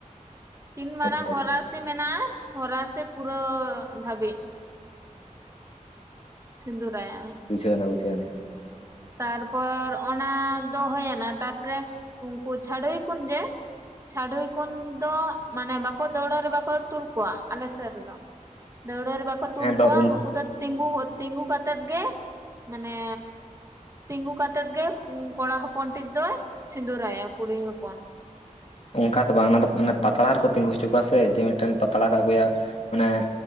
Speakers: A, on the right (about 20°); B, on the left (about 55°).
A: ᱛᱤᱱ ᱢᱟᱨᱟᱝ
B: ᱟᱪᱪᱷᱟ
A: ᱦᱚᱨᱟ
B: ᱟᱪᱪᱷᱟ
A: ᱥᱤᱢ ᱢᱮᱱᱟᱜᱼᱟ ᱦᱚᱨᱟᱥᱤ ᱯᱩᱨᱟᱹ ᱫᱷᱟᱹᱵᱤᱡ ᱥᱤᱸᱫᱷᱩᱨᱟᱭᱟᱭ
B: ᱵᱩᱡᱷᱟᱹᱣ ᱮᱱᱟ ᱵᱩᱡᱷᱣ ᱮᱱᱟ
A: ᱛᱟᱨᱯᱚᱨ ᱚᱱᱟ ᱫᱚ‌ ᱦᱚᱭᱮᱱᱟ ᱛᱟᱨᱯᱚᱨᱮ ᱩᱱᱠᱩ ᱪᱷᱟᱰᱩᱭ ᱠᱷᱚᱱ ᱜᱮ ᱪᱟᱹᱰᱩᱭ ᱠᱚᱱ ᱫᱚ ᱢᱟᱱᱮ ᱵᱟᱠᱚ ᱫᱟᱹᱣᱲᱟᱹ ᱨᱮ ᱵᱟᱠᱚ ᱛᱩᱞ ᱠᱚᱣᱟ ᱟᱞᱮ ᱥᱮᱫ ᱨᱮᱫᱚ ᱫᱟᱹᱣᱲᱟᱹ ᱨᱮ ᱵᱟᱠᱚ ᱛᱩᱞ
B: ᱦᱮᱸ ᱛᱚ
A: ᱠᱚᱣᱟ
B: ᱩᱱᱠᱩ
A: ᱱᱩᱠᱩ ᱫᱚ ᱛᱤᱸᱜᱩ ᱛᱤᱸᱜᱩ ᱠᱟᱛᱮᱜ ᱜᱮ ᱢᱟᱱᱮ ᱛᱤᱸᱜᱩ ᱠᱟᱛᱮᱜ ᱜᱮ ᱠᱚᱲᱟ ᱦᱚᱯᱚᱱ ᱴᱮᱱ ᱫᱚᱭ ᱥᱤᱸᱫᱩᱨᱟᱭᱟᱭ ᱠᱩᱲᱤ ᱦᱚᱯᱚᱱ
B: ᱚᱱᱠᱟ ᱫᱚ ᱵᱟᱝ ᱚᱱᱟ ᱫᱚ ᱚᱱᱟ ᱯᱟᱛᱲᱟ ᱨᱮᱠᱚ ᱛᱤᱸᱜᱩ ᱦᱚᱪᱚ ᱠᱚᱣᱟ ᱥᱮ ᱡᱮ ᱢᱤᱫ ᱴᱮᱱ ᱯᱟᱛᱲᱟ ᱠᱚ ᱟᱹᱜᱩᱭᱟ ᱚᱱᱮ